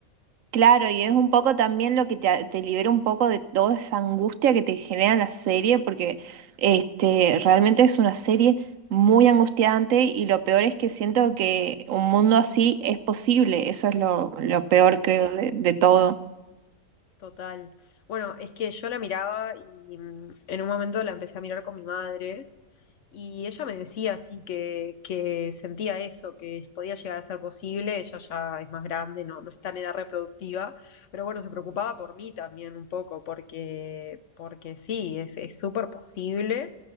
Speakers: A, on the right; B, on the left.
A: Claro, y es un poco también lo que te, te libera un poco de toda esa angustia que te genera la serie, porque este, realmente es una serie muy angustiante y lo peor es que siento que un mundo así es posible, eso es lo, lo peor, creo, de, de todo.
B: Total. Bueno, es que yo la miraba y mm, en un momento la empecé a mirar con mi madre y ella me decía así que, que sentía eso, que podía llegar a ser posible, ella ya es más grande, no, no está en edad reproductiva, pero bueno, se preocupaba por mí también un poco, porque, porque sí, es, es súper posible